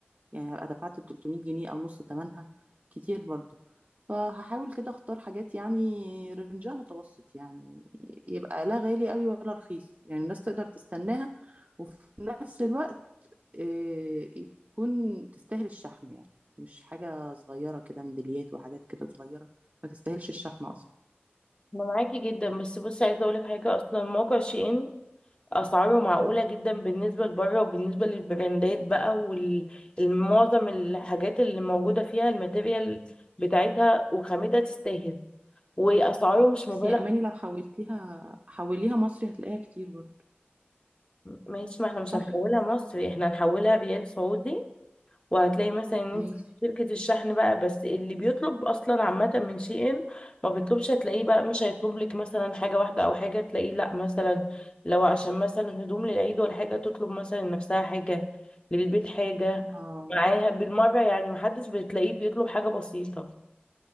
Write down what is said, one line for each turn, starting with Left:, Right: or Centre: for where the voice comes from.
Right: يعني هبقى دفعت 300 جنيه او نص ثمنها كتير برضو فهحاول كده اختار حاجات يعني رنجها متوسط يعني يبقى لا غالي قوي ولا رخيص يعني الناس تقدر تستناها وفي نفس الوقت آه، يكون تستاهل الشحن يعني مش حاجة صغيرة كده ميداليات وحاجات كده صغيرة ما تستاهلش الشحن أصلا
Left: انا معاكي جدا بس بصي عايزة اقولك حاجة اصلا موقع شين اسعاره معقولة جدا بالنسبة لبره وبالنسبة للبراندات بقى والمعظم الحاجات اللي موجودة فيها الماتيريال بتاعتها وخامتها تستاهل واسعاره مش
Right: بس
Left: مبالغ
Right: يا أماني لو حولتيها حوليها مصري هتلاقيها كتير برضه
Left: ماشي ما احنا مش
Right: صح؟
Left: هنحولها مصري احنا هنحولها ريال سعودي وهتلاقي مثلا ان
Right: ماشي
Left: انت شركة الشحن بقى بس اللي بيطلب اصلا عامة من شي ان ما بيطلبش هتلاقيه بقى مش هيطلب لك مثلا حاجة واحدة او حاجة تلاقيه لا مثلا لو عشان مثلا هدوم للعيد ولا حاجة تطلب مثلا لنفسها حاجة للبيت حاجة
Right: اه
Left: معاها بالمرة يعني محدش بتلاقيه بيطلب حاجة بسيطة